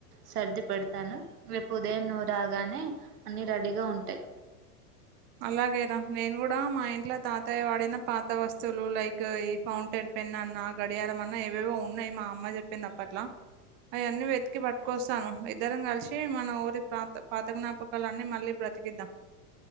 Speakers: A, on the right (about 90°); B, on the right (about 25°).
A: సర్ది పెడతాను రేపు ఉదయం నువ్వు రాగానే అన్ని రెడీగా ఉంటాయి
B: అలాగేరా నేను కూడా మా ఇంట్లో తాతయ్య వాడ్ పాత వస్తువులు లైక్ ఈ ఫౌంటైన్ పెన్ అన్నా గడియారం అన్నా ఏవేవో ఉన్ ఉన్నాయి మా అమ్మ చెప్పింది అప్పట్లా అయ్యన్నీ వెతికి పట్టుకొస్తాను ఇద్దరం కలిసి మన ఊరి ప్రత పాత జ్ఞాపక కాల్లాన్నీ మళ్ళీ బ్రకిద్దాం